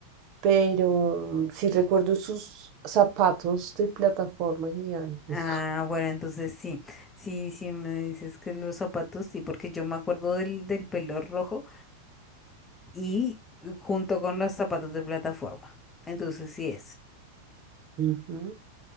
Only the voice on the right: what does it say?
pero sí recuerdo sus zapatos de plataforma gigantes.
<laughs> Ujú,